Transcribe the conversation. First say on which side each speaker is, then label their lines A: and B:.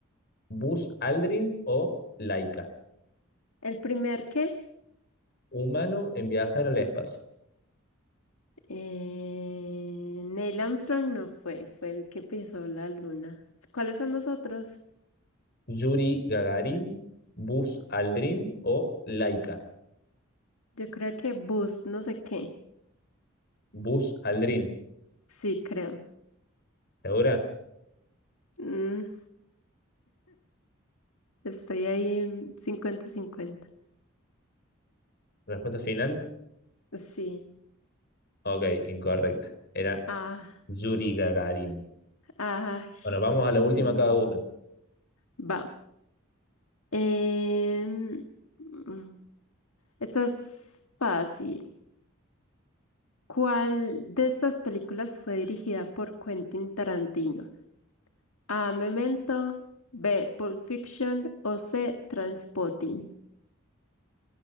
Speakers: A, on the left; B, on the left.
A: Buzz Aldrin o Laika?
B: ¿el primer qué?
A: Humano en viajar al espacio.
B: Eh, Neil Armstrong no fue, fue el que pisó la luna. ¿Cuáles son los otros?
A: Yuri Gagarin, Buzz Aldrin o Laika.
B: Yo creo que Buzz, no sé qué.
A: Buzz Aldrin.
B: Sí, creo.
A: ¿Segura?
B: Mm, estoy ahí en cincuenta 50
A: Respuesta final.
B: Sí.
A: Ok, incorrecta. Era
B: Ah,
A: Yuri Gagarin.
B: ah,
A: Bueno, vamos a la
B: mm,
A: última cada uno.
B: va. Em, mm, esta es fácil. ¿Cuál de estas películas fue dirigida por Quentin Tarantino? A. Memento, B. Pulp Fiction o C. Transpotting.